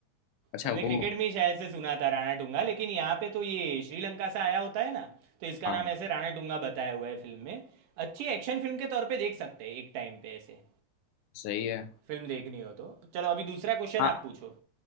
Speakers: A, on the left; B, on the right.
A: अच्छा
B: हमने
A: वो
B: क्रिकेट में ही शायद से सुना था राणा टूंगा लेकिन यहाँ पे तो ये श्रीलंका से आया होता है ना तो इसका
A: हाँ
B: नाम
A: हाँ,
B: ऐसे राणा टूंगा बताया हुआ है फिल्म में अच्छी एक्शन फिल्म के तौर पे देख सकते हैं एक टाइम पे ऐसे
A: सही है
B: फिल्म देखनी हो तो चलो अभी दूसरा क्वेश्चन
A: हाँ
B: आप पूछो